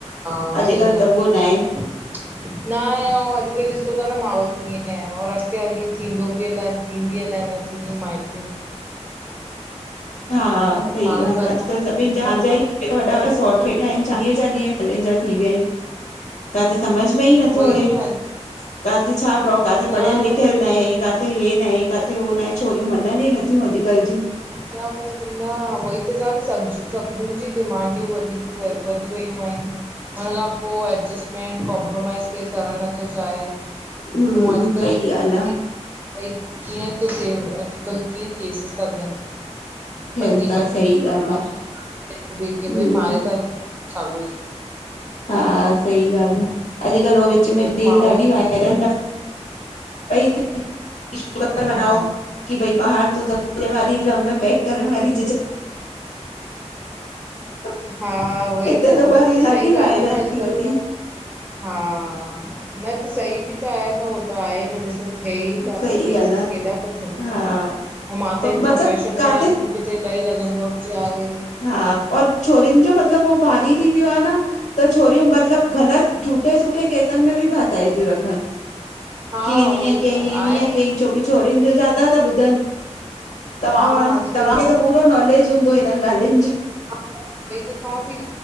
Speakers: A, on the right; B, on the left.
A: हा
B: अॼुकल्ह
A: सही ॻाल्हि
B: त उहो न आहे।
A: न आहे, अउं अॼुकल्ह ॾिसो ता न माहौल कीअं आहे और अॻिते हली थींदो बि अलाए थींदी अलाए न थींदियूं माइटियूं।
B: हा सही
A: माण्हू
B: ॻाल्हि
A: कंदा
B: आ, अॼुकल्ह सभिनिजा पहिंजा ई वॾा वॾा सौट वेठा आहिनि, चालीह चालीह सालें जा थी विया आहिनि। काथे समझ में ई नथो
A: वई
B: अचे।
A: त
B: काथे छा प्रओ? काथे पढ़ियल
A: न
B: लिखियल
A: सभ
B: न आहे काथे काथे हे न काथे हो नाहे, छोरियूं मञनि ई न थियूं अॼु कल्ह जूं।
A: न न उहई त चवां ती सभिननि जी डिमांडियूं वधीक व वधी वियूं आहिनि। हुन खां पो एडजस्टमेंट कॉम्प्रोमाइज के करण नथो चाहे। अउं
B: हम्म
A: अॼकल्ह
B: सही ॻाल्हि आहे
A: भई कीअं तो थे अॼकल्ह। कीअं केसिस था थियनि
B: थियनि
A: पती
B: था
A: पतनी
B: सही
A: भई
B: ॻाल्हि आहे
A: हिक ॿिये खे भई
B: हम्म
A: मारे ता छॾिन साॻोई
B: हा सही गाल्हि आ, अॼुकल्ह हो विच में रील
A: माहौल
B: ॾाढी वायरल
A: ई
B: न पई थिये कि शुकर मनाओ
A: हा
B: कि भई ॿाहिरि ते दॿाइण वारी, ड्रम में पैक करण वारी <unintelligible>
A: हा उहोई
B: हिते
A: त,
B: उहा रील ॾाढी
A: सही
B: वायरल
A: ॻाल्हि आ न अॼुकल्ह
B: थी हुई
A: त हा न त सही बि त आहे न हो हो त आहे न ॾिसो थिए ई था
B: सही
A: न केसिस
B: ॻाल्हि
A: केॾा था थियनि
B: आ हा
A: ऐं मां त
B: मतलब
A: हिन प्रोफेशन
B: काथे
A: में आहियां त मूंखे त अलाही लॻंदो आ की आहे
B: हा और छोरनि जो मतिलबु हो भारी थी वियो आ न त छोरियूं मतिलबु ग़लति झूठे सूठे केसनि में बि फासाए थियूं रखनि।
A: हा
B: की हिन
A: उहो
B: हियं
A: ई
B: कयईं
A: त
B: हिन
A: आहे
B: हियं
A: न
B: कयईं छोकी छोरिन जो ज्यादा ज्यादा ता ॿुधनि, तव्हां
A: हा
B: व
A: अॼुकल्ह
B: तव्हांखे त पूरो नॉलेज हूंदो हिननि ॻाल्हियुनि जो
A: उहोई त चवांव थी